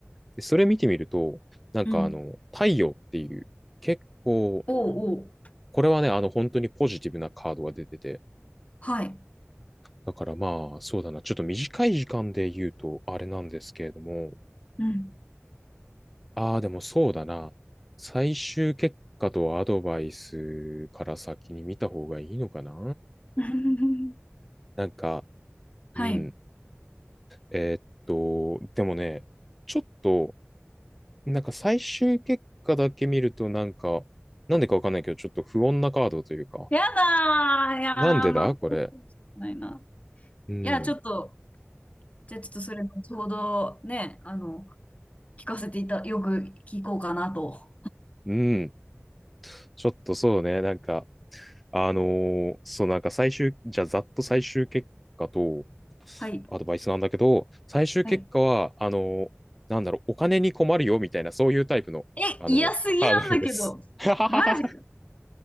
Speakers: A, in the centre; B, on the left.
A: でそれ見てみると、なんかあの、
B: うん。
A: 太陽っていう、結構、
B: おうおう。
A: これはね、あの、本当にポジティブなカードが出てて、
B: はい。
A: だからまあ、そうだな、ちょっと短い時間で言うと、あれなんですけれども、
B: うん。
A: ああ、でもそうだな、最終結果とアドバイスから先に見た方がいいのかな
B: <laughs>
A: なんか、
B: はい。
A: うん、えーっと、でもね、ちょっと、なんか最終結果だけ見ると、なんか、なんでかわかんないけど、ちょっと不穏なカードというか、
B: やだー。いやー、
A: なんでだこれ。
B: まあ、ないな。
A: うん。
B: いや、ちょっと、じゃあちょっとそれ後ほどね、あの、聞かせていた、よく聞こうかなと。
A: うん。ちょっとそうね。なんか、あのーそう、なんか最終、じゃあざっと最終結果と
B: はい。
A: アドバイスなんだけど、最終結果は、
B: はい。
A: あのーなんだろう、お金に困るよみたいな、そういうタイプの、
B: え、
A: あのカードです。
B: 嫌すぎなんだけど。
A: <laughs> はははは
B: マジか。